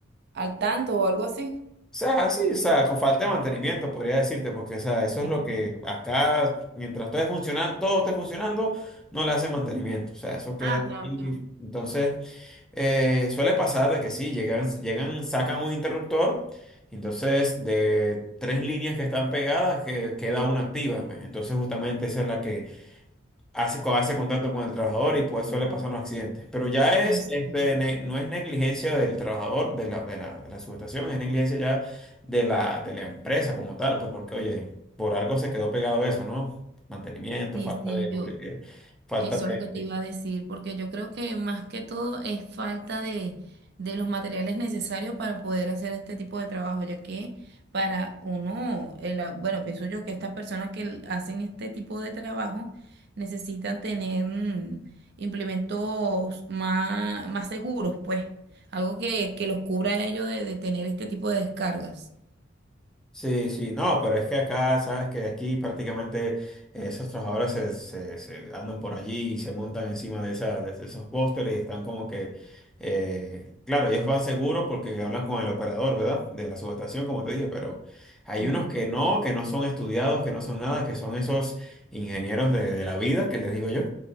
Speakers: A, on the right (about 55°); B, in the centre.
A: Al tanto o algo así.
B: o sea, sí, o sea, con falta de mantenimiento, podría decirte, porque, o sea, eso
A: Ok,
B: es lo que
A: ok.
B: acá, mientras todo esté funcionando, todo esté funcionando, no le hacen mantenimiento, o sea, eso queda
A: Ah, ya,
B: allí,
A: ya.
B: entonces. Eh, suele pasar de que sí, llegan, llegan, sacan un interruptor, entonces de tres líneas que están pegadas que, queda una activa, pues entonces justamente esa es la que hace, co- hace contacto con el trabajador y pues suele pasar los accidentes. Pero ya es,
A: Pues
B: este,
A: sí,
B: ne- no es negligencia del trabajador, de la, de la, de la subestación, es negligencia ya de la, de la empresa como tal, pues porque oye, por algo se quedó pegado eso, ¿no? Mantenimiento,
A: sí,
B: falta
A: sí,
B: de, lubri-
A: yo,
B: eh, falta
A: Eso
B: de,
A: es lo que te iba a decir, porque yo creo que más que todo es falta de, de los materiales necesarios para poder hacer este tipo de trabajo, ya que para uno, el- bueno, pienso yo que estas personas que l- hacen este tipo de trabajo necesitan tener mm, implementos más, más seguros, pues, algo que, que los cubra a ellos de, de tener este tipo de descargas.
B: Sí, sí, no, pero es que acá, sabes que aquí prácticamente eh, esos trabajadores se, se- se andan por allí y se montan encima de, esa, de esos pósteres y están como que, eh, claro, ellos van seguros porque hablan con el operador, ¿verdad? De la subestación, como te dije, pero hay
A: Sí.
B: unos que no, que no son estudiados, que no son nada, que son esos ingenieros de, de la vida, que les digo yo.